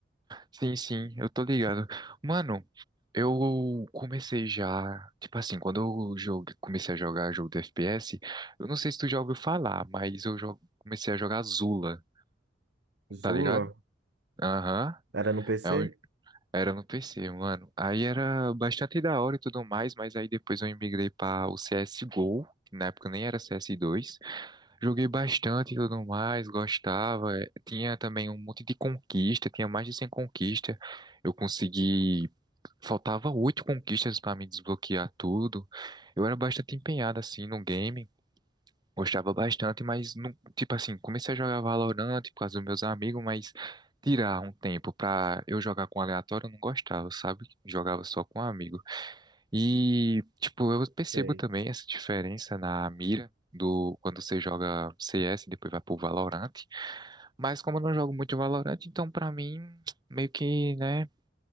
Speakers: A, on the right; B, on the right.
A: Sim, sim, eu tô ligado. Mano, eu comecei já. Tipo assim, quando eu jogue- comecei a jogar jogo de FPS, eu não sei se tu já ouviu falar, mas eu jo- comecei a jogar Zula, tá
B: Zula
A: ligado? Aham.
B: era no PC?
A: é um- Era no PC, mano. Aí era bastante da hora e tudo mais, mas aí depois eu migrei pra o CSGO, que na época nem era cs dois. Joguei bastante e tudo mais, gostava. Eh, Tinha também um monte de conquista, tinha mais de 100 conquistas. Eu consegui. Faltava oito conquistas para me desbloquear tudo. Eu era bastante empenhado assim no game, gostava bastante, mas não, tipo assim, comecei a jogar Valorant por causa dos meus amigos, mas tirar um tempo pra eu jogar com aleatório eu não gostava, sabe? Jogava só com amigos. E, tipo, eu percebo
B: Sei.
A: também essa diferença na mira do quando você joga CS e depois vai pro Valorant. Mas como eu não jogo muito Valorant, então pra mim meio que, né,